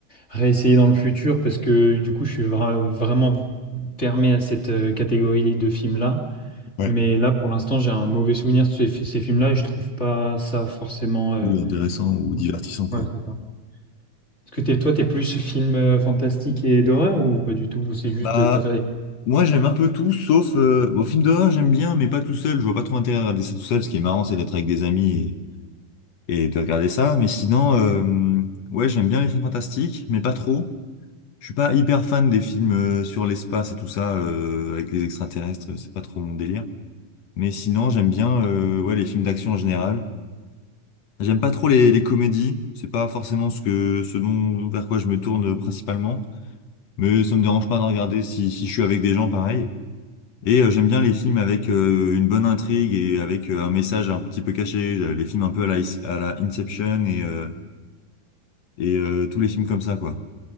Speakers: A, on the left (about 20°); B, on the left (about 60°).
A: réessayer dans le futur parce que du coup je suis vra- vraiment fermé à cette euh, catégorie de films-là.
B: Ouais.
A: Mais là pour l'instant j'ai un mauvais souvenir de ces, fi- ces films-là et je trouve pas ça forcément euh,
B: Oui, intéressant ou
A: cool.
B: divertissant, quoi.
A: Ouais, c'est ça. Est-ce que t'es, toi t'es plus film euh, fantastique et d'horreur ou pas du tout? Ou c'est juste
B: Bah,
A: euh, t'as fait
B: moi j'aime un peu tout, sauf euh, bon, film d'horreur j'aime bien, mais pas tout seul. Je vois pas trop intérêt à regarder ça tout seul. Ce qui est marrant, c'est d'être avec des amis et, et de regarder ça. Mais sinon, euh, ouais, j'aime bien les films fantastiques, mais pas trop. Je suis pas hyper fan des films euh, sur l'espace et tout ça euh, avec les extraterrestres. euh, C'est pas trop mon délire. Mais sinon, j'aime bien euh, ouais les films d'action en général. J'aime pas trop les, les comédies. C'est pas forcément ce que ce dont vers quoi je me tourne euh, principalement. Mais ça me dérange pas de regarder si, si je suis avec des gens pareil. Et euh, j'aime bien les films avec euh, une bonne intrigue et avec euh, un message un petit peu caché, euh, les films un peu à la, Is- à la Inception et, euh, et euh, tous les films comme ça, quoi.